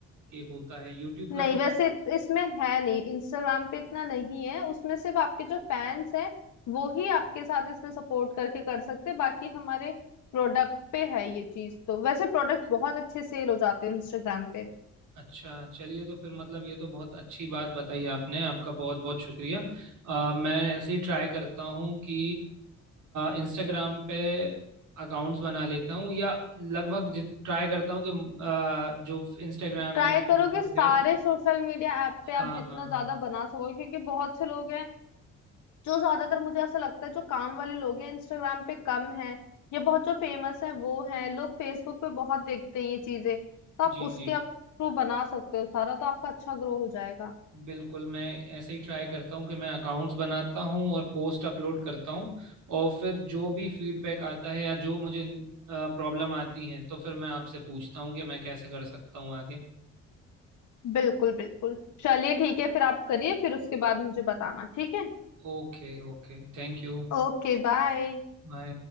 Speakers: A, on the right; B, on the left.
A: कि होता है यूट्यूब
B: नहीं
A: का तो
B: वैसे इत- इसमें है नहीं इंस्टाग्राम पे इतना नहीं है उसमें सिर्फ आपके जो फैंस हैं वो ही आपके साथ इसमें सपोर्ट करके कर सकते हैं बाकी हमारे प्रोडक्ट पे है ये चीज तो वैसे प्रोडक्ट बहुत अच्छे सेल हो जाते हैं इंस्टाग्राम पे
A: अच्छा चलिए तो फिर मतलब ये तो बहुत अच्छी बात बताई आपने आपका बहुत बहुत शुक्रिया अ, मैं ऐसे ही ट्राई करता हूँ कि इंस्टाग्राम पे अकाउंट्स बना लेता हूँ या लगभग ट्राई करता हूँ कि अ, जो इंस्टाग्राम
B: ट्राई
A: है फेसबुक
B: करो कि सारे
A: है
B: सोशल मीडिया ऐप पे आप
A: हाँ
B: जितना
A: हाँ
B: ज्यादा
A: हाँ
B: बना सको क्योंकि बहुत से लोग हैं जो ज्यादातर मुझे ऐसा लगता है जो काम वाले लोग हैं इंस्टाग्राम पे कम हैं या बहुत जो फेमस हैं वो हैं लोग फेसबुक पे बहुत देखते हैं ये चीजें तो आप
A: जी
B: उसके
A: जी
B: थ्रू बना सकते हो सारा तो आपका अच्छा ग्रो हो जाएगा
A: बिल्कुल मैं ऐसे ही ट्राई करता हूँ कि मैं अकाउंट्स बनाता हूँ और पोस्ट अपलोड करता हूँ और फिर जो भी फीडबैक आता है या जो मुझे प्रॉब्लम आती है तो फिर मैं आपसे पूछता हूँ कि मैं कैसे कर सकता हूँ आगे
B: बिल्कुल बिल्कुल चलिए ठीक है फिर आप करिए फिर उसके बाद मुझे बताना ठीक है
A: Okay okay thank you
B: Okay bye
A: Bye